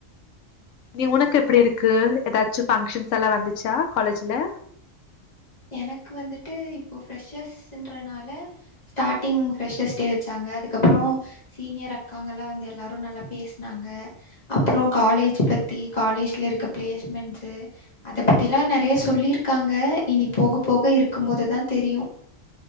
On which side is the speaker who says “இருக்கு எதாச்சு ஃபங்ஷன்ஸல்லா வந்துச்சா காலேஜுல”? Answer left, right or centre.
Left